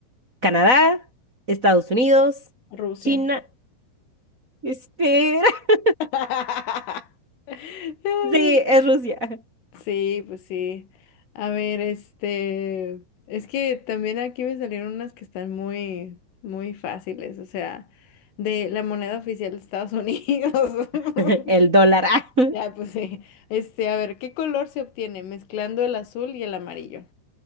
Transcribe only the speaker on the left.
Rusia.
<laughs>
Sí, pues sí. A ver, este, es que también aquí me salieron unas que están muy, muy fáciles, o sea, de la moneda oficial de Estados Unidos.
<laughs>
Ya, pues sí. Este, a ver, ¿qué color se obtiene mezclando el azul y el amarillo?